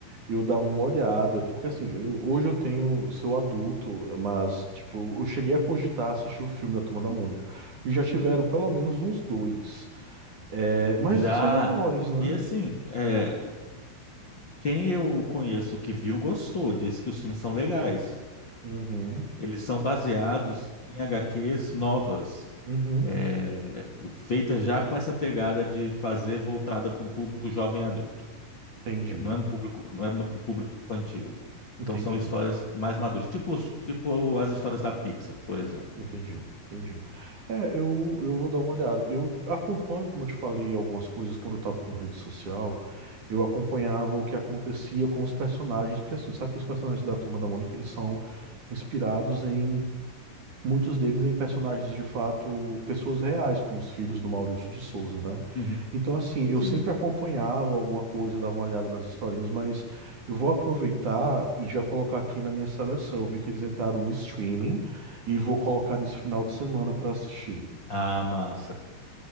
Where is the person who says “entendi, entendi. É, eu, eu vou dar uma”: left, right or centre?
Right